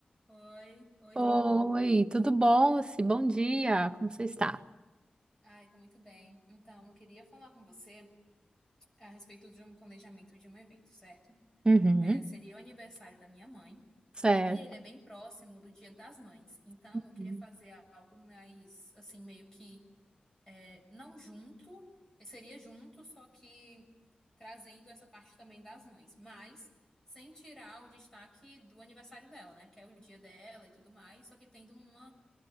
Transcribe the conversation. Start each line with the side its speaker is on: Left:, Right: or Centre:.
Left: Oi, oi,
Right: Oi,
Left: tudo bom?
Right: tudo bom? Lucy? Bom dia, como você está?
Left: Ai, tá muito bem. Então, eu queria falar com você a respeito de um planejamento de um evento, certo?
Right: Uhum,
Left: É, seria o aniversário da minha mãe
Right: Certo.
Left: e ele é bem próximo do Dia das Mães. Então,
Right: Uhum.
Left: eu queria fazer algo mais, assim, meio que é, não junto, seria junto, só que trazendo essa parte também das mães, mas sem tirar o destaque do aniversário dela, né? Porque é o dia dela e tudo mais, só que tendo uma